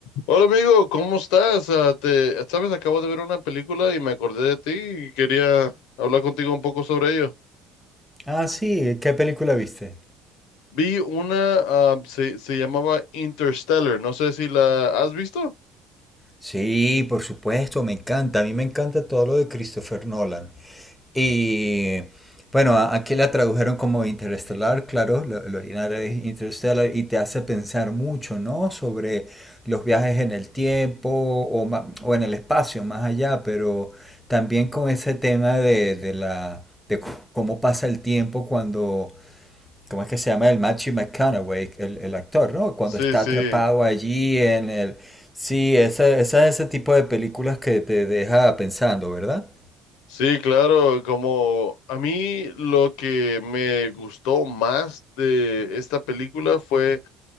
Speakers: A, on the left; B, in the centre.
A: Hola amigo, ¿cómo estás? Ah, te, sabes, acabo de ver una película y me acordé de ti y quería hablar contigo un poco sobre ello.
B: Ah, sí, ¿qué película viste?
A: Vi una, ah, se, se llamaba Interstellar, no sé si la has visto.
B: Sí, por supuesto, me encanta. A mí me encanta todo lo de Christopher Nolan. Y bueno, a- aquí la tradujeron como Interestelar, claro, la, la original es Interestelar y te hace pensar mucho, ¿no? Sobre los viajes en el tiempo o, ma- o en el espacio, más allá, pero también con ese tema de, de la, de c- cómo pasa el tiempo cuando ¿Cómo es que se llama el Matthew McConaughey, el, el actor, ¿no? Cuando
A: Sí,
B: está
A: sí,
B: atrapado allí en el... Sí, esa, esa es ese tipo de películas que te deja pensando, ¿verdad?
A: sí, claro, como a mí lo que me gustó más de esta película fue